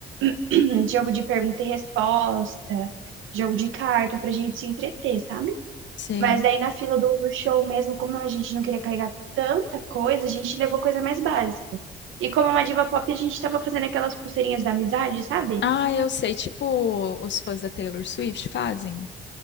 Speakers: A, on the right (about 80°); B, on the left (about 65°).
A: <clears throat> jogo de pergunta e resposta, jogo de carta, pra gente se entreter, sabe?
B: Sei.
A: Mas daí na fila do, do show mesmo, como a gente não queria carregar tanta coisa, a gente levou coisa mais básica. E como é uma diva pop, a gente tava fazendo aquelas pulseirinhas da amizade, sabe?
B: Ah, eu sei, tipo, os fãs da Taylor Swift fazem